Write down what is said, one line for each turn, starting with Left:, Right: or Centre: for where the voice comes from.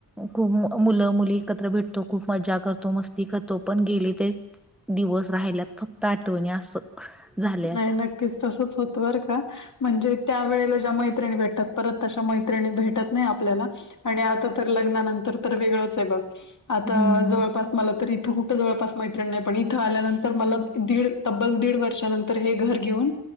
Centre: खूप मुलं मुली एकत्र भेटतो, खूप मजा करतो, मस्ती करतो. पण गेली ते दिवस राहिल्यात फक्त आठवणी असं. झाले आता
Left: नाही नक्कीच तसंच होत बर का. म्हणजे त्या वेळेला ज्या मैत्रिणी भेटतात, परत तशा मैत्रिणी भेटत नाही आपल्याला. आणि आता तर लग्नानंतर तर वेगळंच आहे बघ. आता
Centre: हम्म
Left: जवळपास मला तरी इथं कुठं जवळपास मैत्रिण नाही, पण इथं आल्यानंत मला दीड तब्बल दीड वर्षानं तर हे घर घेऊन